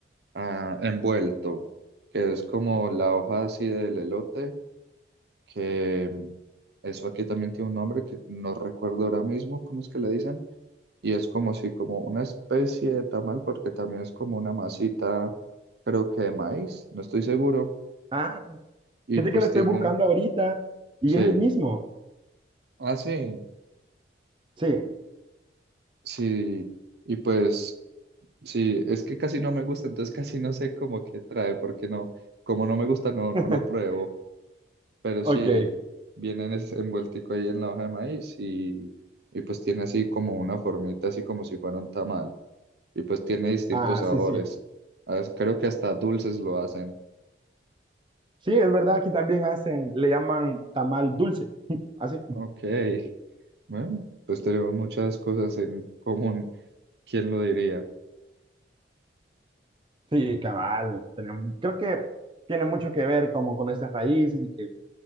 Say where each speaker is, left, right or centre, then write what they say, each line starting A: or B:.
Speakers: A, on the right (about 65°); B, on the right (about 25°).
A: ah, envuelto, que es como la hoja así del elote, que mm, eso aquí también tiene un nombre que no recuerdo ahora mismo, ¿cómo es que le dicen? y es como si como una especie de tamal porque también es como una masita, creo que de maíz, no estoy seguro,
B: Ah,
A: y
B: fíjate
A: pues
B: que lo estoy
A: tiene,
B: buscando ahorita y
A: sí,
B: es el mismo.
A: ah, sí,
B: Sí,
A: sí, y pues sí, es que casi no me gusta, entonces casi no sé cómo que trae, porque no, como no me gusta, no, no
B: <laughs>
A: lo pruebo, pero
B: ok.
A: sí, viene en ese envueltico ahí en la hoja de maíz y, y pues tiene así como una formita, así como si fuera un tamal, y pues tiene distintos
B: Ah,
A: sabores,
B: sí, sí.
A: ah, creo que hasta dulces lo hacen.
B: Sí, es verdad, aquí también hacen, le llaman tamal dulce. <laughs> Así.
A: Ok, bueno, pues tenemos muchas cosas en común. ¿Quién lo diría?
B: Sí, cabal. tenemos- creo que tiene mucho que ver como con esas raíces y que